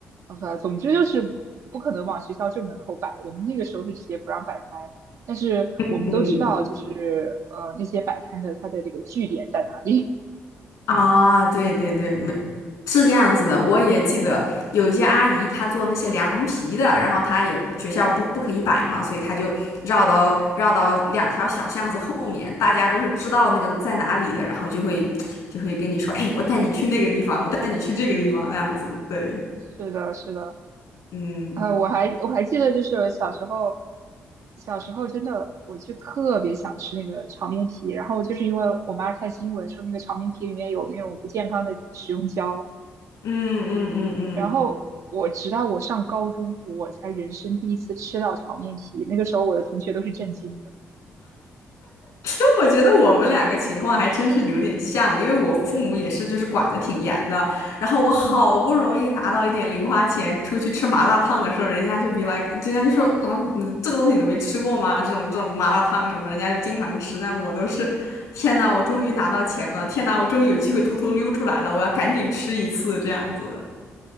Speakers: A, on the right (about 65°); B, on the left (about 80°).
A: 呃，总之就是不可能往学校正门口摆。我们那个时候是直接不让摆摊，但是我们都知道就是呃那些摆摊的它的这个据点在哪里。
B: 嗯。啊，对对对，没，是这样子的。我也记得有一些阿姨，她做那些凉皮的，然后她也学校不不可以摆嘛，所以她就绕到绕到两条小巷子后面，大家都是知道那个在哪里的，然后就会就会跟你说，哎，我带你去那个地方，我带你去这个地方，
A: <laughs> 嗯，
B: 那样子。对，
A: 是的，是的。
B: 嗯
A: 呃，我还我还记得，就是我小时候，小时候真的，我就特别想吃那个炒面皮，然后就是因为我妈看新闻说那个炒面皮里面有那种不健康的食用胶，
B: 嗯嗯嗯嗯。
A: 然后我直到我上高中，我才人生第一次吃到炒面皮，那个时候我的同学都是震惊的。
B: 就 <laughs> 我觉得我们两个情况还真是有点像，因为我父母也是，就是管得挺严的。然后我好不容易拿到一点零花钱，
A: 嗯。
B: 出去吃麻辣烫的时候，人家就比来，人家就说，啊，你这个东西你都没吃过吗？这种这种麻辣烫什么，人家就经常吃。但我都是，天呐，我终于拿到钱了！天呐，我终于有机会偷偷溜出来了！我要赶紧吃一次这样子的。